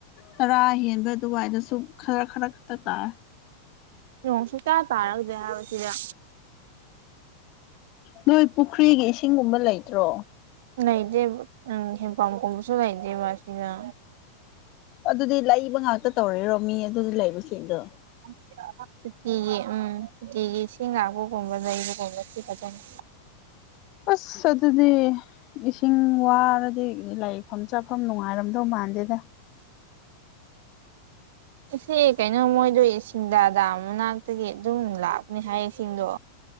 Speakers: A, on the left; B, on the right.
A: ꯇꯔꯥ ꯍꯦꯟꯕ ꯑꯗꯨꯋꯥꯏꯗꯁꯨ ꯈꯔ ꯈꯔ ꯈꯛꯇ ꯇꯥꯏ
B: ꯅꯣꯡ ꯁꯨꯛꯇꯥ ꯇꯥꯔꯛꯗꯦ ꯍꯥꯏꯕ ꯁꯤꯗ
A: ꯅꯣꯏ ꯄꯨꯈ꯭ꯔꯤꯒꯤ ꯏꯁꯤꯡꯒꯨꯝꯕ ꯂꯩꯇ꯭ꯔꯣ
B: ꯂꯩꯗꯦꯕ ꯎꯝ ꯍꯦꯟꯄꯝꯀꯨꯝꯕꯁꯨ ꯂꯩꯗꯦꯕ ꯁꯤꯗ
A: ꯑꯗꯨꯗꯤ ꯂꯩꯕ ꯉꯥꯛꯇ ꯇꯧꯔꯔꯣ ꯃꯤ ꯑꯗꯨꯗ ꯂꯩꯕꯁꯤꯡꯗꯣ꯫
B: <inaudible> ꯁꯨꯇꯤꯒꯤ ꯎꯝ ꯁꯨꯇꯤꯒꯤ ꯏꯁꯤꯡ ꯂꯥꯛꯄꯒꯨꯝꯕ ꯂꯩꯕꯒꯨꯝꯕ ꯁꯤ ꯐꯖꯅ
A: ꯑꯁ ꯑꯗꯨꯗꯤ ꯏꯁꯤꯡ ꯋꯥꯔꯗꯤ ꯂꯥꯏꯛꯐꯝ ꯆꯥꯐꯝ ꯅꯨꯡꯉꯥꯏꯔꯝꯗꯧ ꯃꯥꯟꯗꯦꯗ꯫
B: ꯏꯁꯦ ꯀꯩꯅꯣ ꯃꯣꯏꯗꫭ ꯁꯤꯡꯗꯥ ꯗꯥꯝ ꯃꯅꯥꯛꯇꯒꯤ ꯑꯗꯨꯝ ꯂꯥꯛꯄꯅꯦ ꯍꯥꯏꯌꯦ ꯏꯁꯤꯡꯗꯣ꯫